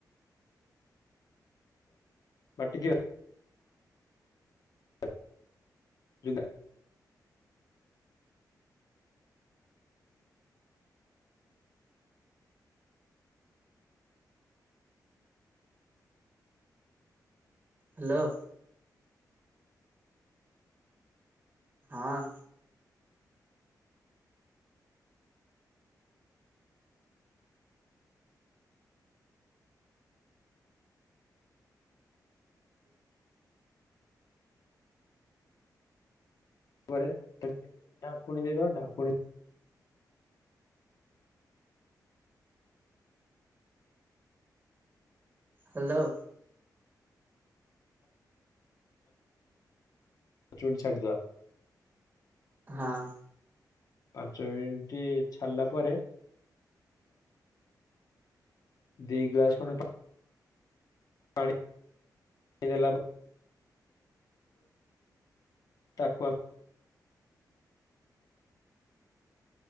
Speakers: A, on the left; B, on the right.
A: ବାଟି ଥିବା <unintelligible>
B: ହାଲୋ। ହଁ।
A: ପରେ ତା ଢାଙ୍କୁଣି ଦେଇଦବା, ଢାଙ୍କୁଣି
B: ହାଲୋ।
A: <inaudible> <unintelligible> ଛାଡ଼ିଦବା।
B: ହଁ।
A: ପାଞ୍ଚ ମିନିଟ୍ ଛାଡିଲା ପରେ ଦି ଗ୍ଲାସ୍ ଖଣ୍ଡେ ପା ପାଣି ଦେଲା ପରେ <inaudible> ତାକୁ ଆମେ